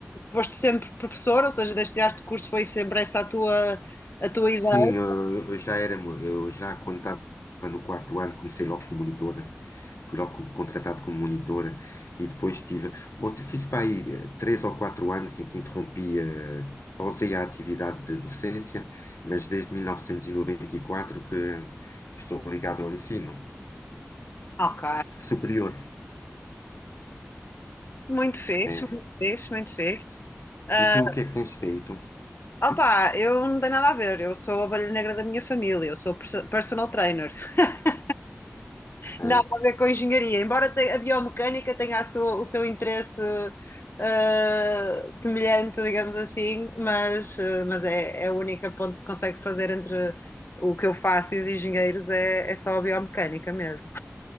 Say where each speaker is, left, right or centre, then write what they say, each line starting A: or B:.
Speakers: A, on the left (about 55°); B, on the left (about 85°).
A: foste sempre professora, ou seja, desde que tiraste o curso foi sempre essa a tua, a tua ideia.
B: Sim, eu, eu já era, mo- eu já quando estava no quarto ano comecei logo como monitor, fui logo como- contratado como monitor e depois tive, bom, te- fiz para aí eh, três ou quatro anos em que interrompi, eh, pausei a atividade de docência, mas desde 1994 que, que estou ligado ao ensino
A: Ok.
B: superior.
A: Muito fixe,
B: É.
A: muito fixe, muito fixe. Ah,
B: E tu o que é que tens feito?
A: Opa, eu não tenho nada a ver. Eu sou a ovelha negra da minha família. Eu sou perso- personal trainer. <laughs>
B: É,
A: Nada a ver com engenharia. Embora te- a biomecânica tenha a sua- o seu interesse eh, semelhante, digamos assim, mas, eh, mas é, é a única ponte que se consegue fazer entre o que eu faço e os engenheiros é, é só a biomecânica mesmo.